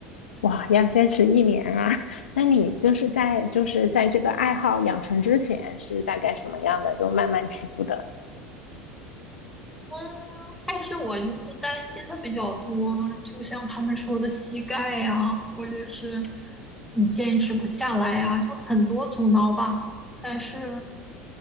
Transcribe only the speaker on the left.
哇，要坚持一年啊！<laughs> 那你就是在就是在这个爱好养成之前是大概什么样的？就慢慢起步的。